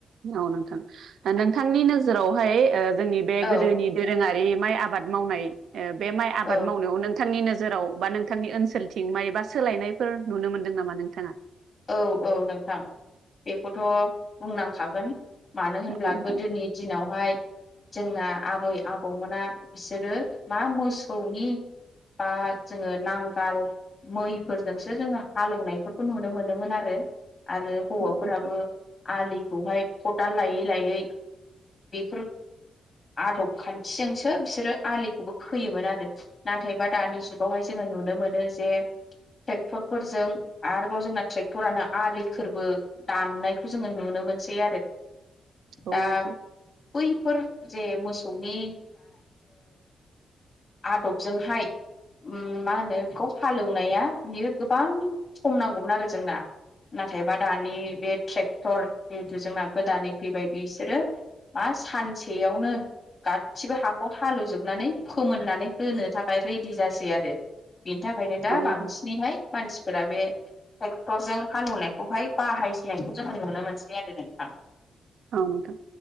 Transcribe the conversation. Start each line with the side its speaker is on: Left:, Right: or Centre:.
Right: औ नोंथां नोंथांनि नोजोरावहाय ओ जोंनि बे
Left: औ
Right: गोदोनि दोरोङारि माइ आबाद मावनाय बे माइ आबाद
Left: औ
Right: मावनायाव नोंथांनि नोजोर नोजोराव बा नोंथांनि ओनसोलथिं माबा सोलायनायफोर नुनो मोन्दों नामा नोंथाङा?
Left: औ औ नोंथां बेखौथ' बुंनांखागोन। मानो होनब्ला
Right: औ नोंथां
Left: गोदोनि दिनावहाय जोंना आबै आबौमोना बिसोरो मा मोसौनि बा जोङो नांगाल मैफोरजोंसो जोङो हालेवनायफोरखौ नुनो मोनोमोन। आरो हौवाफोराबो
Right: औ नोंथां
Left: आलिखौहाय खदाल लायै लायै बेफोर आदब खान्थिजोंसो बिसोरो आलिखौबो खोयोमोन आरो नाथायबा दानि जुगावहाय जोङो नुनो मोनो जे ट्रेक्टर फोरजों आरोबाव जोंना ट्रेक्टरानो आलिफोरबो दाननायखौ जोङो नुनो मोनसै।
Right: औ
Left: दा
Right: नोंथां।
Left: बैफोर जे मोसौनि आदबजोंहाय मा होनो बेखौ हालेवनाया बियो गोबां सम नांगौमोन आरो जोंना। नाथायबा दानि बे ट्रेक्टर जिहेथु जोंना गोदानै फैबाय बिसोरो मा सानसेयावनो गासिबो हाखौ हालेवजोबनानै फोमोननानै होनो थाखाय रेङि जासै आरो बेनि थाखायनो दा
Right: औ
Left: बांसिनैहाय
Right: नोंथां
Left: मानसिफोरा बे ट्रेक्टरजों हालेवनायखौहाय बाहाय सिननायखौ जोङो नुनो मोनसै आरो नोंथां।
Right: औ नोंथां